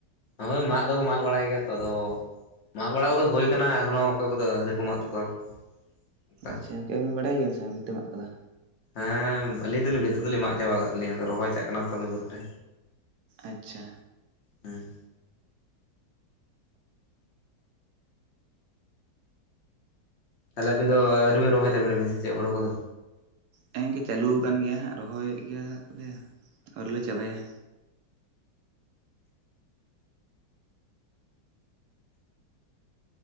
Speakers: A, on the left; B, on the right.
A: ᱦᱳᱭ ᱢᱟᱜ ᱫᱚᱠᱚ ᱢᱟᱜ ᱵᱟᱲᱟᱭ ᱜᱮᱭᱟ ᱛᱚ ᱟᱫᱚ ᱢᱟᱜ ᱵᱟᱲᱟ ᱠᱚᱫᱚ ᱦᱳᱭ ᱟᱠᱟᱱᱟ ᱮᱠᱷᱚᱱᱚ ᱚᱠᱚᱭ ᱠᱚᱫᱚ ᱟᱹᱣᱨᱤ ᱠᱚ ᱢᱟᱜ ᱛᱟᱠᱚᱣᱟ ᱠᱚ ᱚᱱᱠᱟ
B: ᱟᱪᱪᱷᱟ ᱜᱚᱝᱠᱮ ᱠᱟᱹᱢᱤ ᱵᱟᱰᱟᱭ ᱜᱮᱭᱟ ᱵᱤᱱ ᱥᱮ ᱵᱷᱤᱛᱟᱹ ᱢᱟᱜ ᱠᱚᱫᱚ
A: ᱦᱮᱸ ᱟᱹᱞᱤᱧ ᱫᱚᱞᱤᱧ ᱵᱷᱤᱛᱟᱹ ᱫᱚᱞᱤᱧ ᱢᱟᱜ ᱪᱟᱵᱟ ᱟᱠᱟᱫ ᱛᱟᱹᱞᱤᱧᱟ ᱟᱫᱚ ᱨᱚᱦᱚᱭ ᱪᱟᱜ ᱠᱟᱱᱟ ᱛᱚ ᱟᱫᱚ ᱵᱟᱹᱫᱽ ᱨᱮ
B: ᱟᱪᱪᱷᱟ
A: ᱦᱮᱸ, ᱛᱟᱦᱚᱞᱮ ᱟᱵᱤᱱ ᱫᱚ ᱟᱹᱣᱨᱤ ᱵᱤᱱ ᱨᱚᱦᱚᱭ ᱛᱟᱵᱤᱱᱟᱵᱤᱱ ᱥᱮ ᱪᱮᱫ ᱦᱩᱲᱩ ᱠᱚᱫᱚ
B: ᱦᱮ ᱮᱝᱠᱮ ᱪᱟᱞᱩ ᱟᱠᱟᱱ ᱜᱮᱭᱟ ᱦᱟᱸᱜ ᱨᱚᱦᱚᱭ ᱮᱫ ᱜᱮᱭᱟᱞᱮ ᱟᱹᱣᱨᱤᱞᱮ ᱪᱟᱵᱟᱭᱟ ᱾